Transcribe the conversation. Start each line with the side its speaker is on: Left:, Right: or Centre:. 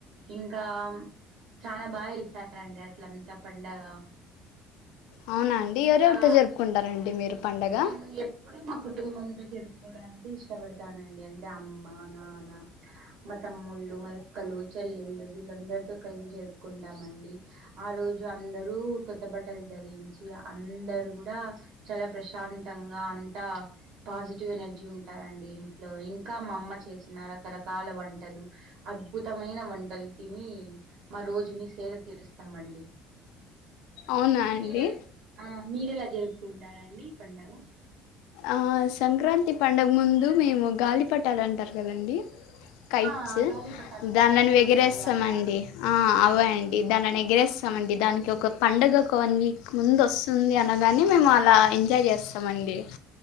Right: ఇంకా చాలా బాగా చేసారండి అట్లంతా పండగ
Left: అవునా అండి
Right: ఇంకా
Left: ఎవరెవరితో జరుపుకుంటారండి మీరు పండగ
Right: నేను ఎప్పుడు మా కుటుంబంతో జరుపుకోవడానికి ఇష్టపడతానండి అంటే అమ్మ నాన్న మా తమ్ముళ్ళు మా అక్కలు చెల్లెలు వీళ్ళందరితో కలిసి జరుపుకుంటామండి ఆ రోజు అందరు కొత్త బట్టలు ధరించి అందరు కూడా చాలా ప్రశాంతంగా అంతా పాజిటివ్ ఎనర్జీ ఉంటారండి ఇంట్లో ఇంకా మా అమ్మ చేసిన రకరకాల వంటలు. అద్భుతమైన వంటలు తిని మా రోజుని సేర తీరుస్తామండి
Left: అవునా అండి
Right: మీరేలా ఆ మీరేలా జరుపుకుంటారండి పండగ!
Left: ఆ సంక్రాంతి పండుగ ముందు మేము గాలిపటాలంటారు కదండీ కైట్స్
Right: ఆ గాలిపటాలు
Left: దానేను
Right: గాల్లో ఎగురుతాయి
Left: వెగిరేస్తామండి
Right: అవా
Left: ఆ అవే అండి దానేని ఎగిరేస్తామండి దానికి ఒక పండుగ ఒక వన్ వీక్ ముందు వస్తు. వస్తుంది అనగాని మేము అలా ఎంజాయ్ చేస్తామ అండి